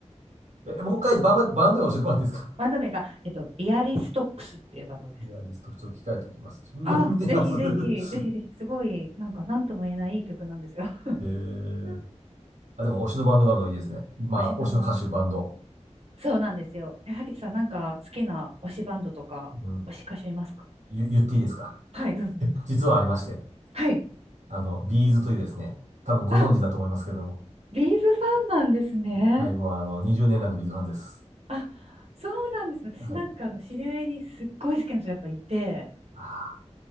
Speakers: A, on the right; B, on the right.
A: や。え、もう一回バン、バンド名教えてもらっていいですか
B: バンド名が、えっと、ビアリストックスっていうバンドです。
A: ギタリスト、ちょっと控えておきます。見見てみます。
B: あ、ぜひぜひ、
A: <laughs>
B: ぜひぜひ、すごい、なんか、なんとも言えないいい曲なんですよ。<laughs>
A: えー、
B: うん
A: あ、でも推しのバンドがあるのいいですね。まあ、
B: 推しのバンド。
A: 推しの歌手、バンド。
B: そうなんですよ。え、萩トさん、なんか、好きな推しバンドとか、
A: うん、
B: 推し歌手いますか
A: ゆ言っていいですか
B: はい、どうぞ。
A: <laughs> 実はありまして、
B: はい。
A: あの、ビーズというですね、多分ご存知だと思いますけれども、
B: あ、ビーズファンなんですね。
A: はい、もうあの、20年来のビーズファンです。
B: あ、そうなんです。私なんか、
A: はい。
B: あの、知り合いにすっごい好きな人やっぱいて、
A: あ